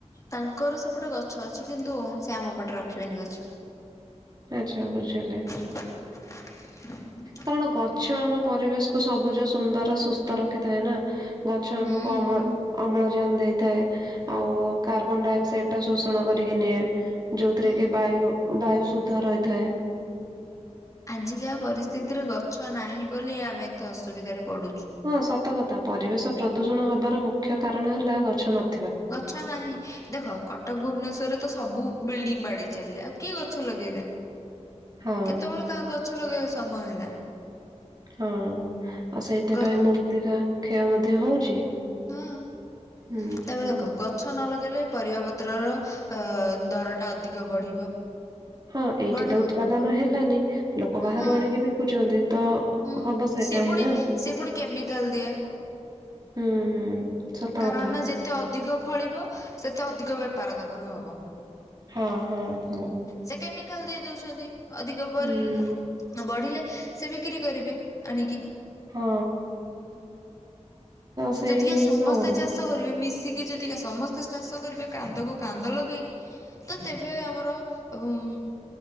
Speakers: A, on the left; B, on the right.
A: ତାଙ୍କର ସେପଟେ ଗଛ ଅଛି କିନ୍ତୁ ସେ ଆମ ପଟେ ରଖିବେନି ଗଛ
B: ଆଚ୍ଛା ବୁଝିଲି
A: <unintelligible>
B: କାରଣ ଗଛ ଆମ ପରିବେଶ କୁ ସବୁଜ ସୁନ୍ଦର ସୁସ୍ଥ ରଖିଥାଏ ନା ଗଛ
A: ହୁଁ
B: ଆମକୁ ଅମ୍ଳ
A: ହୁଁ
B: ଅମ୍ଳଜାନ ଦେଇଥାଏ ଆଉ କାର୍ବନ ଡାଇଅକ୍ସାଇଡ ଟା ଶୋଷଣ କରିକି ନିଏ। ଯୋଉଥିରେ
A: ହଁ।
B: କି ବାୟୁ ବାୟୁ ସୁଦ୍ଧ ରହିଥାଏ
A: ଆଜିକା ପରିସ୍ଥିତିରେ ଗଛ ନାହିଁ ବୋଲି ଆମେ ଏତେ ଅସୁବିଧାରେ ପଡୁଛୁ।
B: ହଁ ସତ କଥା ପରିବେଶ ପ୍ରଦୂଷଣ ହବାର ମୁଖ୍ୟ କାରଣ ହେଲା ଗଛ ନ
A: ଗଛ ନାହିଁ ଦେଖ କଟକ ଭୁବନେଶ୍ୱରରେ ତ ସବୁ ବିଲ୍ଡିଙ୍ଗ ବାଡେଇ ଚାଲିଲେ ଆଉ କିଏ ଗଛ ଲଗେଇଲେ।
B: ହଁ
A: କେତେବେଳେ କାହାକୁ ଗଛ ଲଗେଇବାକୁ ସମୟ ହେଲା
B: ହଁ ଆଉ ସେଇଥିପାଇଁ
A: ଗ
B: ମୂର୍ତ୍ତିକା କ୍ଷୟ ମଧ୍ୟ ହଉଛି।
A: ହଁ <unintelligible>
B: ହୁଁ।
A: ଗଛ ନ ଲଗେଇଲେ ପରିବା ପତ୍ରର ଦରଟା ଅଧିକ ବଢିବ।
B: ହଁ ଏଇଠି
A: ବଢିବ
B: ତ ଉତ୍ପାଦନ ହେଲାନି ଲୋକ ବାହାରୁ
A: ହଁ
B: ଆଣିକି ବିକୁଛନ୍ତି ତ
A: ହୁଁ,
B: ହବ ସେଇଟା
A: ସେ
B: ହିଁ
A: ପୁଣି,
B: ନା।
A: ସେ ପୁଣି କେମିକାଲ ଦିଆ।
B: ହୁଁ ହୁଁ। ସତ
A: କାରଣ
B: କଥା।
A: ନା ଯେତେ ଅଧିକ ଫଳିବ ସେତେ ଅଧିକ ବେପାର ତାଙ୍କର ହବ।
B: ହଁ ହଁ ହଁ।
A: ସେ କେମିକାଲ ଦେଇ ଦଉଛନ୍ତି ଅଧିକ <unintelligible>
B: ହୁଁ।
A: ବଢ଼ିଲେ ସେ ବିକ୍ରି କରିବେ ଆଣିକି।
B: ହଁ।
A: ତ
B: ସେଇ
A: ଯଦି
B: ଜିନିଷ
A: ଏ ସମସ୍ତେ
B: ଆଉ
A: ଚାଷ କରିବେ ମିଶିକି ଯ ସମସ୍ତେ ଚାଷ କରିବେ କାନ୍ଧକୁ କାନ୍ଧ ଲଗେଇକି ତ ତେବେ ଆମର ଏବଂ